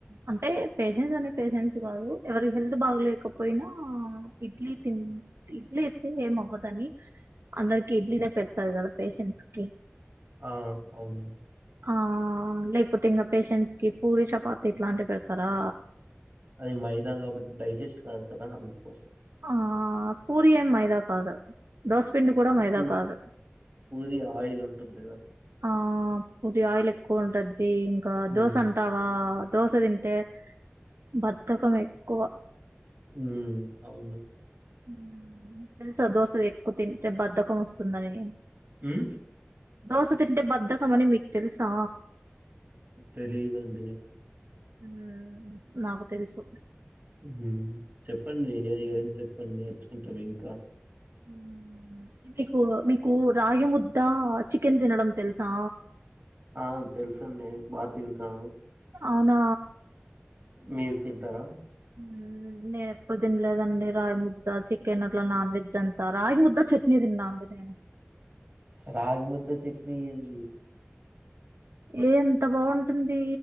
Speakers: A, on the right (about 75°); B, on the right (about 45°).
A: అంటే పేషెంట్స్ అంటే పేషెంట్స్ కాదు ఎవరి హెల్త్ బాగలేకపోయినా ఇడ్లీ తిం ఇడ్లీ అయితే ఏం అవ్వదని అందరికి ఇడ్లీనే పెడతారు కదా పేషెంట్స్ కి
B: ఆ అవును
A: ఆ లేకపోతే ఇంకా పేషెంట్స్ కి పూరి చపాతి ఇట్లాంటివి పెడతారా
B: అది మైదా కాబట్టి డైజెస్ట్ కాదు కదా అందుకోసం
A: ఆ పూరి ఏమ్ మైదాకాదు దోశపిిండి కూడా మైదా
B: పూ
A: కాదు
B: పూరి ఆయిల్ ఉంటుంది కదా
A: ఆ పుది ఆయిల్ ఎక్కువ ఉంటద్ తి ఇంకా దోస
B: ఉమ్
A: అంటావా దోస తింటే బద్దకం ఎక్కువ
B: ఉమ్ అవును
A: మ్మ్ తెలుసా దోసెలు ఎక్కువ తింటే బద్ధకం వస్తుందని
B: మ్మ్
A: దోస తింటే బద్ధకం అని మీకు తెలుసా
B: తెలీదండి
A: మ్మ్ నాకు తెలుసు
B: మ్మ్ చెప్పండి ఏం చెప్ప కొన్ నేర్చుకుంటాం ఇంకా
A: హ్మ్ మీకు మీకు రాగిము ద్దా చికెన్ తినడం తెలుసా
B: ఆ తెలుసండి బా తింటా
A: అవునా
B: మీరు తింటారా
A: హ్మ్ నేను ఎప్పుడు తినలేదండి రాయి ముద్ద చికెన్ అట్లా నాన్ వెజ్ అంతా రాగి ముద్ద చట్నీ తిన్నా అండి నేను
B: రాగి ముద్ద చెట్నీ ఏందీ
A: ఏ ఎంత బాగుంటుంది